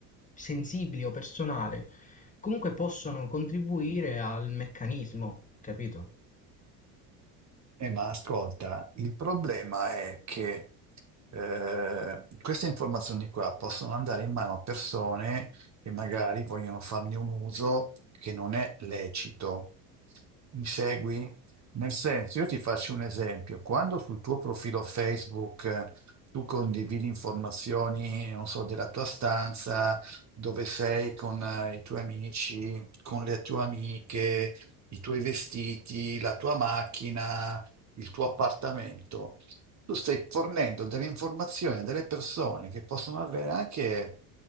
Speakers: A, on the left (about 15°); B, on the right (about 35°).
A: sensibili o personali comunque possono contribuire al meccanismo, capito?
B: Eh, ma ascolta, il problema è che eh, queste informazioni qua possono andare in mano a persone che magari vogliono farne un uso che non è lecito. Mi segui? Nel senso, io ti faccio un esempio. Quando sul tuo profilo Facebook eh, tu condividi informazioni, non so, della tua stanza, dove sei con eh, i tuoi amici, con le tue amiche, i tuoi vestiti, la tua macchina il tuo appartamento, tu stai fornendo delle informazioni a delle persone che possono avere anche